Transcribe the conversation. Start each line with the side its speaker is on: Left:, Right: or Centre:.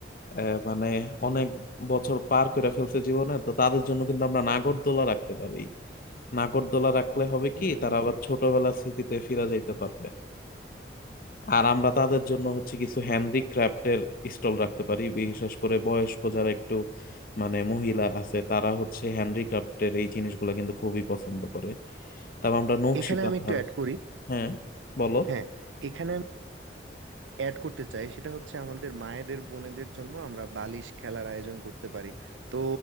Left: আহ, মানে অনেক বছর পার করে ফেলছে জীবনে তো তাদের জন্য কিন্তু আমরা নাগরদোলা রাখতে পারি নাগরদোলা রাখলে হবে
Right: হ্যাঁ
Left: কি তারা
Right: অবশ্যই
Left: আবার ছোটবেলার স্মৃতিতে ফিরে যাইতে পারবে আর আমরা তাদের জন্য হচ্ছে কিছু হ্যান্ডিক্রাফটের স্টল রাখতে পারি বিশেষ করে বয়স্ক যারা একটু মানে মহিলা আছে তারা হচ্ছে হ্যান্ডিক্রাফটের এই জিনিসগুলো কিন্তু খুবই পছন্দ করে তারপর আমরা নকশি
Right: এখানে
Left: কাঁথার
Right: আমি একটু অ্যাড করি
Left: হ্যাঁ বলো
Right: হ্যাঁ এখানে অ্যাড করতে চাই সেটা হচ্ছে আমাদের মায়েদের বোনেদের জন্য আমরা বালিশ খেলার আয়োজন করতে পারি তো